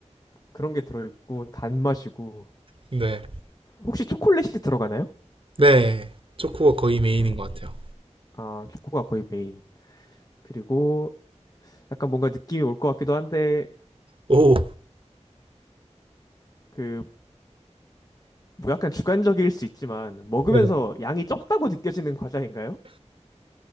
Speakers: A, on the left (about 30°); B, on the right (about 50°).
A: 그런 게 들어있고 단맛이고
B: 네.
A: 혹시 초콜릿이 들어가나요?
B: 네. 초코가 거의 메인인
A: 아,
B: 것 같아요.
A: 아, 초코가 거의 메인. 그리고 약간 뭔가 느낌이 올 것 같기도 한데
B: 오,
A: 그 뭐 약간 주관적일 수 있지만 먹으면서
B: 네네.
A: 양이 적다고 느껴지는 과자인가요?